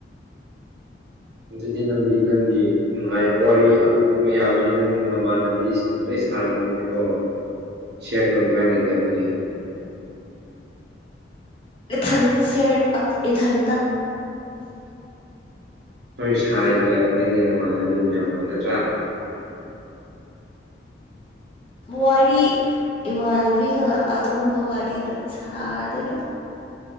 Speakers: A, on the right; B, on the left.
A: ꯑꯗꯨꯗꯤ ꯅꯪꯗꯤ ꯅꯪꯗꯤ ꯅꯨꯡꯉꯥꯏ ꯋꯥꯔꯤ ꯃꯌꯥꯝꯗꯤ ꯅꯪ ꯅꯃꯥꯟꯅꯕꯤꯁꯤꯡ ꯁꯥꯔꯝꯕꯅꯤꯅꯀꯣ ꯁꯤꯌꯥꯔ ꯇꯧꯅꯤꯡꯉꯥꯏ ꯂꯩꯇꯕꯤꯒꯤ
B: ꯊꯟꯗꯁ ꯏꯊꯟꯗ
A: ꯅꯣꯏ ꯁꯥꯏꯒ ꯅꯪꯒꯤ ꯅꯃꯥꯟꯅꯕꯤ ꯃꯌꯥꯝꯕꯨ ꯅꯠꯇ꯭ꯔꯥ
B: ꯋꯥꯔꯤ ꯏꯃꯥꯟꯅꯕꯤꯒ ꯑꯗꯨꯝꯕ ꯋꯥꯔꯤꯗ ꯁꯥꯗꯦꯅ